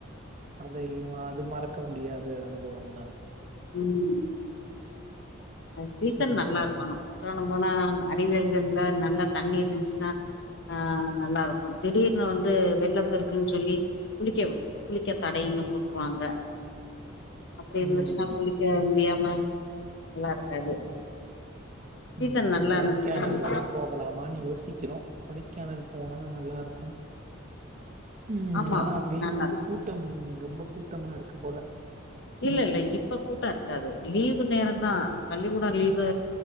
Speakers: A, on the right; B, on the left.
A: அதையும் அது மறக்க முடியாத அனுபவம் தான்
B: ம் சீசன்
A: ம்,
B: நல்லா இருக்கணும் ம் போனா அடிகள்கல்ல நல்லா தண்ணி இருந்துச்சுன்னா ஆஹ் நல்லாருக்கும் திடீர்னு வந்து வெள்ள பெருக்குன்ச்சொல்லி குளிக்க வி குளிக்க தடைனு போட்டுருராங்க அப்டி
A: ம்,
B: இருந்துச்சுன்னா
A: ம்,
B: குளிக்க முடியாம நல்லா இருக்காது சீசன்
A: ம்
B: நல்லா
A: கொடைக்கானல்
B: இருந்துச்சுன்னா
A: வேணா போகலாமான் யோசிக்கிறோம் கொடை கேனல் போனா நல்லா இருக்கும் உம்
B: ஆமா
A: ஆனா அங்கயும்
B: நல்லா
A: வந்து கூட்டம் ரொம்ப கூட்டமாருக்கு போல
B: இல்லல்ல இப்ப கூட்டோருக்காது லீவு நேரந்தா பள்ளிக்கூடம் லீவு